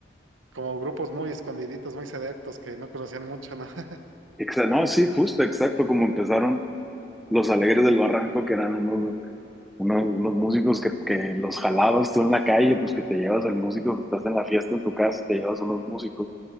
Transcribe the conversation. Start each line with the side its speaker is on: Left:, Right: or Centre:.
Right: como grupos muy escondiditos, muy selectos, que no conocían mucho, ¿no? <laughs>
Centre: exa- no, sí, justo, exacto, como empezaron los Alegres del Barranco, que eran unos, unos, unos músicos que, que los jalabas tú en la calle, pues que te llevas al músico que estás en la fiesta en tu casa y te llevas a unos músicos,